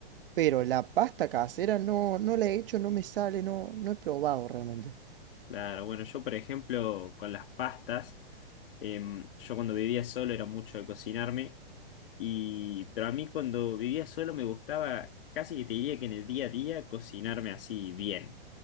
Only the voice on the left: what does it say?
Claro, bueno, yo por ejemplo con las pastas, em, yo cuando vivía solo era mucho de cocinarme, y, pero a mí cuando vivía solo me gustaba, casi que te diría que en el día a día cocinarme así bien.